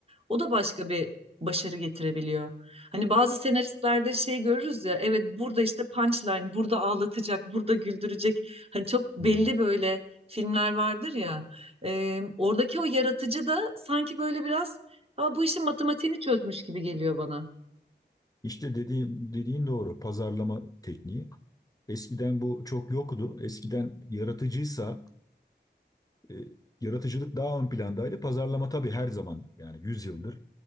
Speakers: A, on the right; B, on the left.
A: o da başka bir başarı getirebiliyor. Hani bazı senaristlerde şey görürüz ya, evet burada işte punchline, burada ağlatacak, burada güldürecek. Hani çok belli
B: Hmm.
A: böyle filmler vardır ya. Ee, oradaki o yaratıcı da sanki böyle biraz ha, bu işin matematiğini çözmüş gibi geliyor bana.
B: İşte dediğin, dediğin doğru. Pazarlama tekniği. Eskiden bu çok yoktu. Eskiden yaratıcıysa e, yaratıcılık daha ön plandaydı. Pazarlama tabii her zaman yani 100 yıldır